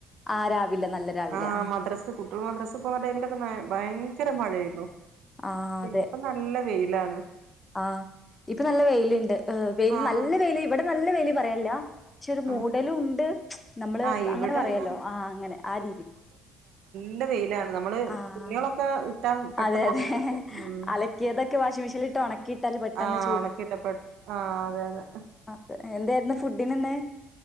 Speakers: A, on the left; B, on the right.
A: ആഹ് രാവിലെ നല്ല രാവിലെ
B: ആഹ് മദ്ര റസ് കുട്ടികൾ മദ്ര റസ് പോകുന്ന ടൈമിലൊക്കെ ഭയങ്കരമഴയായിരുന്നു
A: ആഹ് അതെ
B: ഇപ്പ നല്ല വെയിലാണ്
A: ആഹ് ഇപ്പൊ നല്ല വെയ്ൽ ഉണ്ട് വെൽ
B: ആഹ്
A: നല്ല വെൽ ഇവിടെ നല്ല വെയിയില് പറയാനല്ല പക്ഷെ ഒരു മൂടലും
B: ആഹ്
A: ഉണ്ട്. നമ്മള്
B: ആഹ് ഇവിടെന്നും
A: അങ്ങനെ പറയും അല്ലോ. ആ അങ്ങനെ ആ രീതി
B: ല്ല വെയിലാണ് നമ്മള്
A: ആഹ്
B: തുണികളൊക്കെ ഇ ട്ടാപെട്ടെന്ന്
A: അതെ അതെ
B: ഉണങ്ങി കിട്ടും. ഉം
A: അലക്കിയതൊക്കെ വാഷിംഗ് മെഷീനിലിട്ട് ഒണക്കിയിട്ടാല് പെട്ടെന്ന്
B: ആ ഉണക്കിയിട്ട പെട്ട ആ അതെ അതെ.
A: അത് എന്തേരുന്നു ഫുഡ്ന് എന്ന്